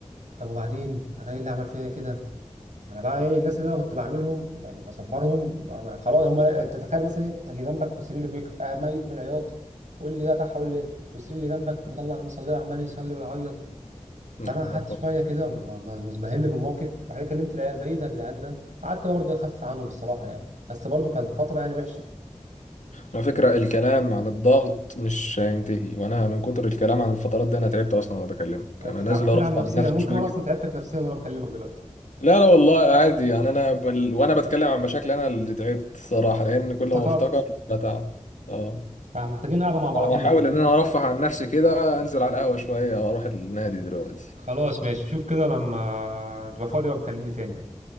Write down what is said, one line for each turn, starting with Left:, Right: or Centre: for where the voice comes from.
Right: طب وبعدين انا ايه اللي عمل فيا كده انا بقى ايه الناس اللي انا كنت بعملهم يعني بصبرهم ما- ما- خلاص هم تتخيل مثلا إيه؟ اللي جنبك والسرير اللي فوقك آه ميت من العياط واللي ده تحت واللي والسرير اللي جنبك مطلع المصليه وعمال يصلي ويعيط
Left: لا
Right: فانا
Left: حول
Right: قعدت
Left: ولا قوه
Right: شويه
Left: إلا
Right: كده
Left: بالله.
Right: م- م- مزبهل من الموقف راح جاي كلمت العيال بقى ايه ده يا جدعان ده قعدت برضه إيه اخفف عنهم الصراحه يعني بس برضه كان فتره يعني وحشه
Left: على فكره الكلام عن الضغط مش هينتهي وانا من كتر الكلام عن الفترات دي انا تعبت اصلا وانا بكلمك
Right: بتتعب
Left: انا نازل
Right: بتتعب
Left: ارفع
Right: نفسيا
Left: عن نفسي
Right: ممكن
Left: شويه
Right: انا اصلا تعبتك نفسيا وانا بكلمك دلوقتي
Left: لا لا والله عادي يعني انا بل... وانا بتكلم عن مشاكلي انا اللي تعبت الصراحه لان
Right: افتكرت
Left: كل ما افتكر بتعب اه
Right: فمحتاجين قاعده مع بعضينا
Left: احاول ان انا ارفه عن نفسي كده انزل على القهوه شويه واروح النادي دلوقتي
Right: خلاص ماشي شوف كده لما تبقى فاضي بقى بكلمني تاني بقى